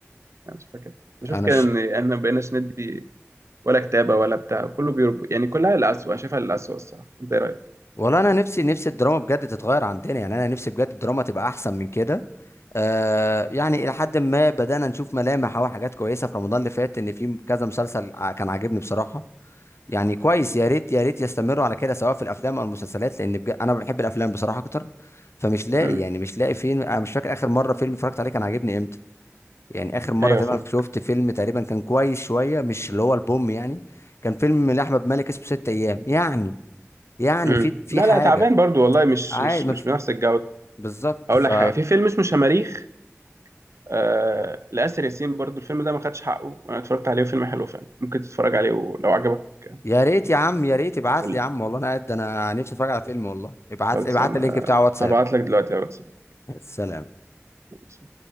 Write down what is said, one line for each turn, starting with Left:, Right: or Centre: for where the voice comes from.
Right: انا مش فاكر بشوف
Left: انا
Right: كده
Left: ش...
Right: ان احنا ما بقيناش ندي ولا كتابه ولا بتاع كله بيربو يعني كلها للأسوأ انا شايفها للأسوأ الصراحه انت ايه رايك
Left: والله انا نفسي نفسي الدراما بجد تتغير عندنا يعني انا نفسي بجد الدراما تبقى احسن من كده آه يعني الى حد ما بدأنا نشوف ملامح او حاجات كويسة في رمضان اللي فات ان في كذا مسلسل ع- كان عاجبني بصراحة يعني كويس يا ريت يا ريت يستمروا على كده سواء في الافلام او المسلسلات لان بجد انا بحب الافلام بصراحة اكتر فمش لاقي
Right: امم
Left: يعني مش لاقي فيلم انا مش فاكر اخر مرة فيلم اتفرجت عليه كان عاجبني امتى يعني اخر مره
Right: ايوه
Left: تقريبا
Right: فاهم
Left: شفت فيلم تقريبا كان كويس شويه مش اللي هو البوم يعني كان فيلم لاحمد مالك اسمه ست ايام يعني يعني
Right: امم
Left: في في
Right: لا
Left: حاجه
Right: لا تعبان برضو والله مش
Left: عادي
Right: مش
Left: ما
Right: مش
Left: في-
Right: بنفس الجوده
Left: بالظبط
Right: اقول
Left: ف
Right: لك حاجه في فيلم اسمه شماريخ آه لآسر ياسين برضو الفيلم ده ما خدش حقه وانا اتفرجت عليه فيلم حلو فعلا ممكن تتفرج عليه ولو عجبك
Left: يا ريت يا عم يا ريت ابعت
Right: قول
Left: لي
Right: لي
Left: يا عم والله انا قاعد انا نفسي اتفرج على فيلم والله ابعت
Right: خلص
Left: لي ابعت
Right: انا
Left: لي اللينك بتاع واتساب
Right: هبعت لك دلوقتي على الواتساب
Left: السلام
Right: ماشي